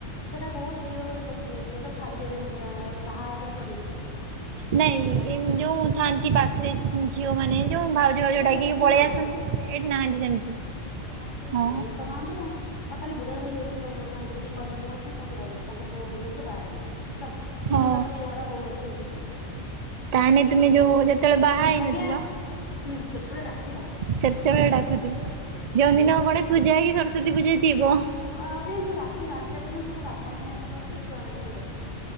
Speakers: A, on the left (about 40°); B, on the right (about 60°).
A: ସେଇଟା ବହୁତ ଝିଅ ବଳେ କରୁଥିଲେ ଏବେ ତ ଛାଡିଦେଲେଣି ପୁରା। ଆଉ କାହା ହାତରେ କରିବି?
B: ନାଇଁ ଏମ୍ ଯୋଉ ଥାଆନ୍ତି ପାଖରେ ଝିଅ ମାନେ ଯୋଉ ଭାଉଜ ଭାଉଜ
A: ସେଠି
B: ଡାକିକି
A: କେହି
B: ପଳେଇ
A: ନାହାନ୍ତିରେ
B: ଆସନ୍ତି ଏଠି ନାହାନ୍ତି ସେମିତି।
A: ସେ
B: ହଁ
A: ଝିଅ ତ ନାହାନ୍ତି ଆଉ। ଆଉ ଖାଲି ବୁଢ଼ାବୁଢୀ ହେଇଛି ସବୁ ମାନେ ଯେତିକି କୋଲୋନୀ ରେ ଅଛନ୍ତି ସବୁ ବୁଢ଼ାବୁଢୀ ତାଙ୍କ ପୁଅ ବୋହୁ ମାନେ ସବୁ ବାହାରେ ରହୁଛନ୍ତି ସଲା।
B: ହଁ
A: ମୁଁ ଏକା ଗୋଟିଏ ଘରର ବୋହୁ ଅଛି ଏଇଠି।
B: ତାହାନେ ତୁମେ ଯୋଉ ଯେତେବେଳେ ବାହା ହେଇନଥିଲ
A: ଆଜ୍ଞା ହୁଁ ସେତେବେଳେ ରାତି ବା
B: ସେତେବେଳେ ଡାକୁଥିବ ଯୋଉଁ ଦିନ କଣେ ପୂଜା କି ସରସ୍ଵତୀ ପୂଜା ଥିବ।
A: ଆରେ ମୁଁ ରାତି ବାରଟା ପର୍ଯ୍ୟନ୍ତ ତାଙ୍କ ବାପା ମାନେ ଆସିି ବସିଥିବ। ଛୁଆ ମାନ ସେଠି ବସିିଥିବେ।